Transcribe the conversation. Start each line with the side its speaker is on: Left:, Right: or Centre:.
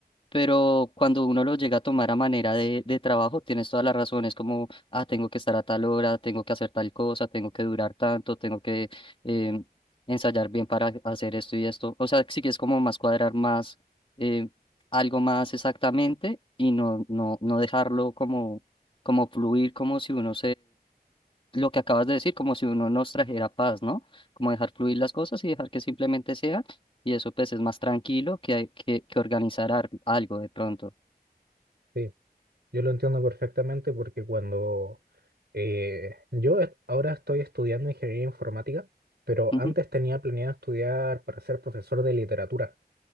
Left: pero cuando uno lo llega a tomar a manera de, de trabajo, tienes todas las razones como, ah, tengo que estar a tal hora, tengo que hacer tal cosa, tengo que durar tanto, tengo que em, ensayar bien para hacer esto y esto. O sea, sí que es como más cuadrar más em, algo más exactamente y no, no, no dejarlo como, como fluir, como si uno lo que acabas de decir, como si uno nos trajera paz, ¿no? Como dejar fluir las cosas y dejar que simplemente sea, y eso pues es más tranquilo que, hay- que, que organizar ar- algo de pronto.
Right: Sí, yo lo entiendo perfectamente porque cuando eh, yo est- ahora estoy estudiando ingeniería informática, pero
Left: Ujú.
Right: antes tenía planeado estudiar para ser profesor de literatura.